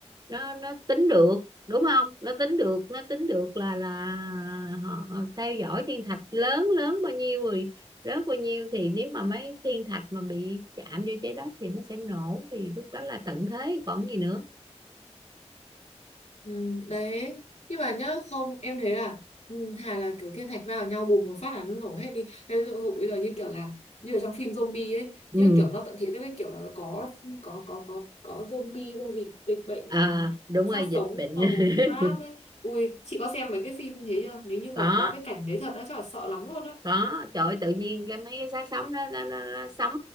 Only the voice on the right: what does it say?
nó nó tính được đúng không nó tính được nó tính được là là họ theo dõi thiên thạch lớn lớn bao nhiêu rồi rớt bao nhiêu thì nếu mà mấy thiên thạch mà bị chạm vô trái đất thì nó sẽ nổ thì lúc đó là tận thế còn gì nữa
ừ
à đúng
rồi
dịch
bệnh
<laughs>
có
có trời ơi, tự nhiên cái mấy cái xác sống đó nó, nó, nó sống